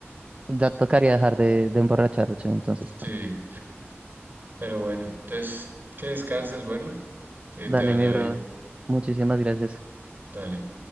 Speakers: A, on the right; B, on the right.
A: ya tocaría dejar de, de emborracharse entonces.
B: Sí,
A: <laughs>
B: pero bueno, entonces que descanses, bueno, que
A: Dale,
B: te vaya
A: mi bro,
B: bien.
A: muchísimas gracias.
B: Dale.